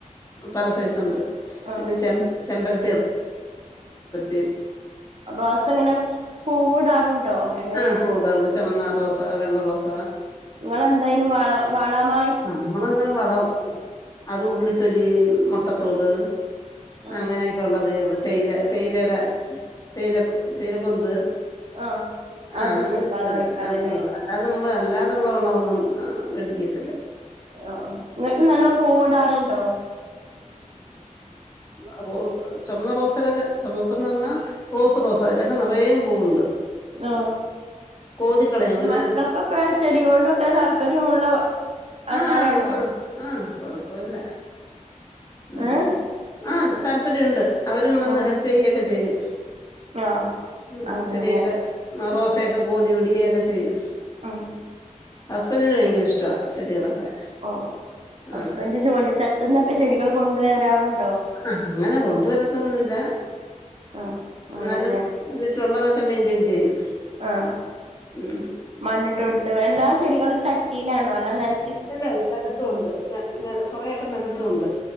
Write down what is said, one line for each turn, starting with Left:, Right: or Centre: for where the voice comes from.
Left: പല സൈസ്
Right: ആഹ്
Left: പിന്നെ ചെബ്‌ ചെമ്പര <unintelligible> <unintelligible>
Right: <unintelligible> ഇങ്ങനെ പൂവിടാറുണ്ടോ എങ്ങനെയാണ്
Left: ആ കൂടുണ്ട് ചുമന്ന റോസ വെള്ള റോസ
Right: നിങ്ങെളെന്തായലും വള വള വാ
Left: നമ്മളങ്ങെ വള അത് ഉള്ളിത്തൊലി മുട്ടത്തോട്
Right: ആഹ്
Left: അങ്ങനെയൊക്കെ ഉള്ള തേയില തേയിലയുടെ തേയില ക് തേയില <unintelligible> കൊൊന് <unintelligible>
Right: ആഹ് അതൊക്കെ
Left: ആഹ അങ്ങനെയൊക്കെ
Right: ഇട്ട് കൊടുക്കാറല്ലേ
Left: ഉണ്ട് അതൊള്ളു അല്ലാതെ നമ്മള് അല്ലാതുള്ള വേളവൊന്നും <unintelligible> <unintelligible>
Right: ആഹ് ഇങ്ങക്ക് നല്ലോം പൂവിടാറുണ്ടോ
Left: അപ്പോസ് ചുവന്ന റോസാ ഇപ്പം പറഞ്ഞാ പ്രോസ് പ്രോസ അതിലൊക്കെ നിറയും പൂവുണ്ട്
Right: ഓ
Left: കോതിക്കളയും ഒരു
Right: മക്കൾക്കൊക്കെ ചെടി ഒക്കെ <unintelligible> താല്പര്യമുള്ള ആൾക്കാരാണോ
Left: ആഹ ആഹ് കൊഴ് ആഹ കൊഴപ്പൊവില്ല ഉം
Right: ഏഹ്
Left: ആ താല്പര്യഇണ്ട് അവരും വന്ന്
Right: ആഹ്
Left: ഹെൽപ് പെ യ്യൊക്കെ ചെയ്യും
Right: ആഹ്
Left: ഉം
Right: അങ്ങനെല്ലേ
Left: ചെടിയൊക്കെറോ <unintelligible> ത്ത ഒക്കെ കോതി വിടുകയൊക്കെ ചെയ്യും
Right: ആഹ
Left: ഹസ്ബെന്റിന് ഭയങ്കര ഇഷ്ടവാ
Right: ഓ
Left: <unintelligible>
Right: ഹസ്ബൻഡ് ജോലി സ്ഥലത്തുന്നൊക്കെ ചെടികൾ കൊണ്ടുവരാറുണ്ടോ
Left: ആ അങ്ങനെ കൊണ്ടുവരൊത്തൊന്നുല്ല
Right: ആഹ്
Left: എന്നാലും
Right: ആണല്ലേ
Left: വീട്ടിലുള്ളതൊ <unintelligible> ചെയ്യും
Right: ആഹ്
Left: ഉം
Right: മണ്ണ്ട്ട് കൊടു ത്ത് എല്ലാ ചെടികളും ചട്ടിയിലാണോ അല്ല നെൽ
Left: ഇല്ല നിലത്തു ഉണ്ട് നി നി കൊറയൊക്കെ നിലത്തും ഉണ്ട്